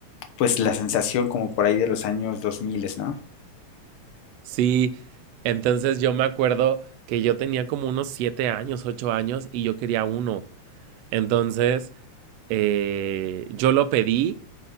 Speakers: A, on the left; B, on the right.
A: pues la sensación como por ahí de los años 2000, ¿no?
B: Sí, entonces yo me acuerdo que yo tenía como unos siete años, ocho años y yo quería uno. Entonces, eh, yo lo pedí.